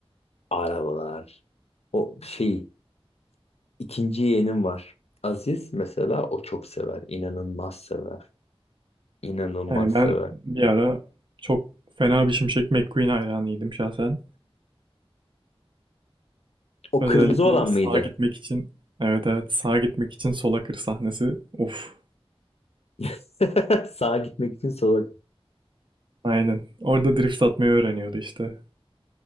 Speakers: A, on the left; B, on the right.
A: Arabalar. O şey. İkinci yeğenim var. Aziz mesela o çok sever. İnanılmaz sever. İnanılmaz
B: Yani
A: sever.
B: ben bir ara çok fena bir Şimşek McQueen hayranıydım şahsen.
A: O
B: Özellikle
A: kırmızı olan
B: sağa
A: mıydı?
B: gitmek için, evet evet sağa gitmek için sola kır sahnesi. Uf,
A: <laughs> Sağa gitmek için sola.
B: aynen. Orada drift atmayı öğreniyordu işte.